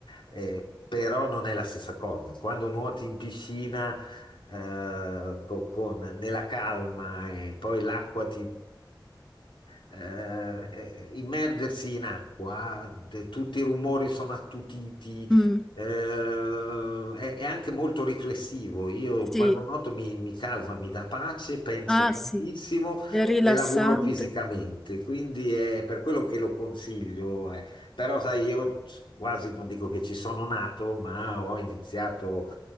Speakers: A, on the left (about 80°); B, in the centre.
A: Eh, però non è la stessa cosa. Quando nuoti in piscina, eh, co- con, nella calma e poi l'acqua eh, eh, immergersi in acqua, de- tutti i rumori sono attutiti,
B: mm,
A: eh, è, è anche molto riflessivo. Io quando
B: sì,
A: nuoto mi, mi calma, mi dà pace, penso
B: ah
A: tantissimo
B: sì, è rilassante.
A: e lavoro fisicamente, quindi è per quello che lo consiglio. eh. Però, sai, io quasi non dico che ci sono nato, ma ho iniziato